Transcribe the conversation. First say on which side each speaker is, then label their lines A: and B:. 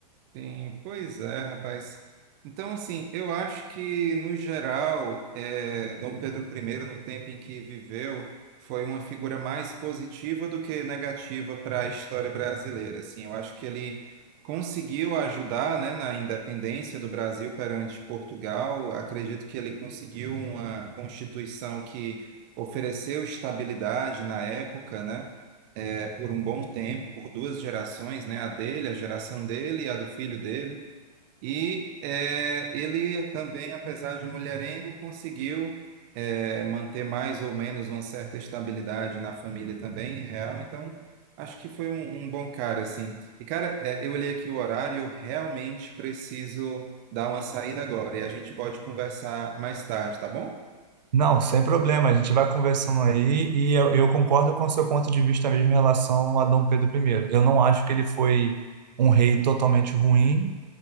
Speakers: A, on the right; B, on the right.
A: Sim, pois é, rapaz. Então, assim, eu acho que, no geral, eh, Dom Pedro I, no tempo em que viveu, foi uma figura mais positiva do que negativa para a história brasileira. Assim, eu acho que ele conseguiu ajudar, né, na independência do Brasil perante Portugal. Acredito que ele conseguiu uma Constituição que ofereceu estabilidade na época, né? por um bom tempo, por duas gerações, né? A dele, a geração dele e a do filho dele. E eh, ele também, apesar de mulherengo, conseguiu eh, manter mais ou menos uma certa estabilidade na família também, real. Então, acho que foi um, um bom cara, assim. E, cara, eh, eu olhei aqui o horário, eu realmente preciso dar uma saída agora. E a gente pode conversar mais tarde, tá bom?
B: Não, sem problema, a gente vai conversando aí e eu, eu concordo com o seu ponto de vista mesmo em relação a Dom Pedro I. Eu não acho que ele foi um rei totalmente ruim.